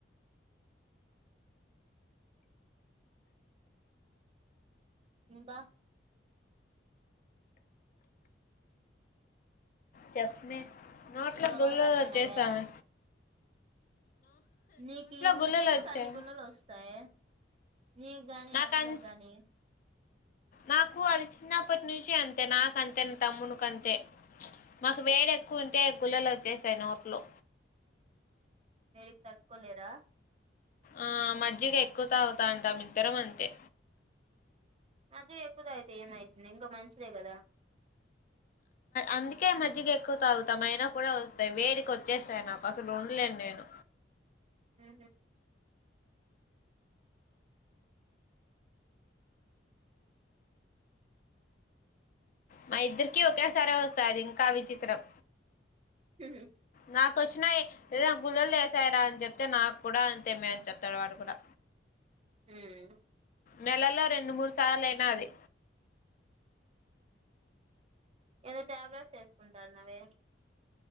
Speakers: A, on the right (about 35°); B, on the left (about 45°).
A: ఇంకా
B: చెప్మే నోట్ల
A: ఏదో
B: గుళ్ళలు
A: గలపెడుతున్నావే
B: వచ్చేసాయ్ మే
A: నీకి నీకెందుకు
B: గుల్లులు వచ్చాయి
A: అన్ని గుళ్ళలు వస్తాయి నిక్ గాని
B: నాకం
A: ఆ పిల్లకి గాని
B: నాకు అది చిన్నప్పటి నుంచి అంతే నాకంతే నా తమ్మునికు అంతే మాకు వేడు ఎక్కువ ఉంటే గుళ్లలు వచ్చేసాయి నోట్లో
A: వేడికి తట్టుకోలేరా
B: ఆ మజ్జిగ ఎక్కువ తాగుతా అంటాం ఇద్దరం అంతే
A: అది ఎక్కువ తాగుతే ఏమైతుంది ఇంకా మంచిదే కదా
B: అందుకే మజ్జిగ ఎక్కువ తాగుతాం అయినా కూడా వస్తాయి వేడికి వచ్చేస్తాయి నాకు అసలు ఉండలేను నేను
A: ఆ
B: మా ఇద్దరికి ఒకేసారే వస్తాయ్ అది ఇంకా విచిత్రం
A: హ
B: నాకు వచ్చినాయి ఏద గుళ్ళలు లేసాయి రా అని చెప్తే నాకు కూడా అంతేమే అని చెప్తాడు వాడు కూడా
A: హ్మ్
B: నెలలో రెండు మూడు సార్లు అయినా అది
A: ఏదో టాబ్లెట్స్ వేసుకుంటా అన్నావే